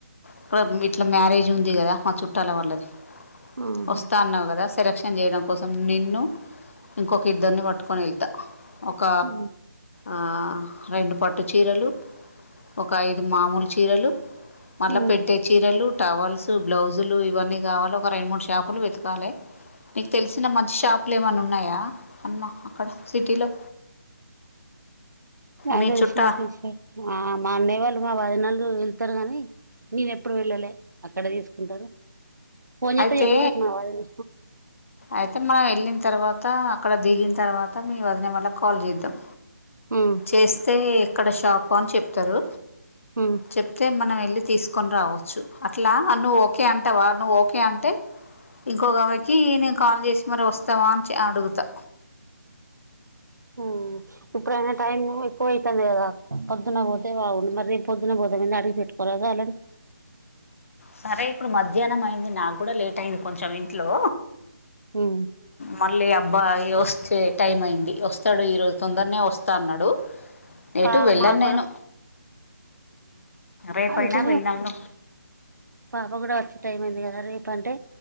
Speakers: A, on the left; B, on the right.
A: ఇక్కడ ఇట్లా మ్యారేజ్ ఉంది కదా మా చుట్టాల వాళ్ళది
B: ఆహా
A: వస్తా అన్నావ్ కదా సెలక్షన్ చేయడం కోసం నిన్ను ఇంకొక ఇద్దరిని పట్టుకొని వెళ్తా ఒక
B: ఉమ్
A: ఆ రెండు పట్టు చీరలు ఒక ఐదు మామూలు చీరలు మళ్ళీ
B: ఉమ్
A: పెట్టే చీరలు టవల్స్ బ్లౌజులు ఇవన్నీ కావాలా ఒక రెండు మూడు షాపులు వెతకాలే నీకు తెలిసిన మంచి షాప్ అట్లు ఏమన్నా ఉన్నాయా అన్న అక్కడ సిటీలో
B: నా
A: మీ
B: తెలిసిన
A: చుట్టా
B: <unintelligible> ఆ మా అన్నయ్య వాళ్ళు మా వదినలు వెళ్తారు గాని నేన ఎప్పుడు వెళ్ళలే అక్కడ తీసుకుంటారు పోన్ చేత్తే
A: అయితే
B: చెప్తాది మా వదినా
A: అయితే మనం వెళ్ళిన తర్వాత అక్కడ దిగిన తర్వాత మీ వదిన వాళ్ళకి కాల్ చేద్దాం
B: హ్మ్
A: చేస్తే ఎక్కడ షాపు అని చెప్తారు
B: హ్మ్
A: చెప్తే మనం వెళ్ళి తీసుకొని రావచ్చు అట్లా నువ్వు ఓకే అంటావా నువ్వు ఓకే అంటే ఇంకొక ఆమె కి నేను కాల్ చేసి మరి వస్తావా అని అడుగుతా
B: హ్మ్ ఇప్పుడైనా టైము ఎ పోతంది కదా పొద్దున్న పోతే బాగుండు మరి రేపు పొద్దున పోదాం ఏందో అడిగి పెట్టుకోరాదు వాళ్ళను
A: సరే ఇప్పుడు మధ్యాహ్నం అయింది నాకు కూడా లేట్ అయింది కొంచం ఇంట్లో
B: హ్మ్
A: మళ్ళీ అబ్బాయి వస్తే టైం అయింది వస్తాడు ఈరోజు తొందరనే వస్తా అన్నాడు ఏటు
B: పా
A: వెళ్ళాను
B: మా కూడా
A: నేను రేపు
B: అంటే
A: అయినా వెళ్దాం ను
B: పాప కూడా వచ్చే టైం అయింది కదా రేపంటే